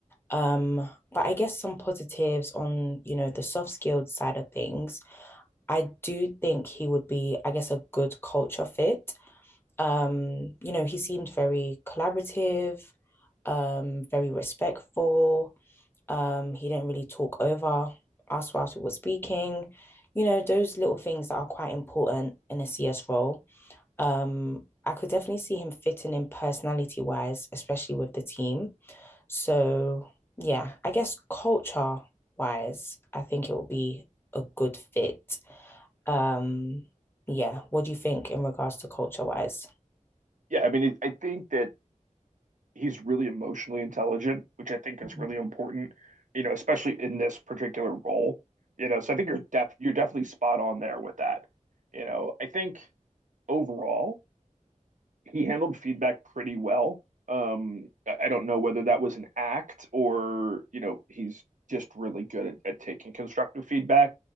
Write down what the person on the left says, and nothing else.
Um, but I guess some positives on, you know, the soft skilled side of things. I do think he would be, I guess, a good culture fit. Um, you know, he seemed very collaborative, um, very respectful. Um, he didn't really talk over us whilst we were speaking. You know, those little things that are quite important in a CS role. Um, I could definitely see him fitting in personality wise, especially with the team. So, yeah, I guess culture wise, I think it will be a good fit. Um, yeah, what do you think in regards to culture wise?
Mhm.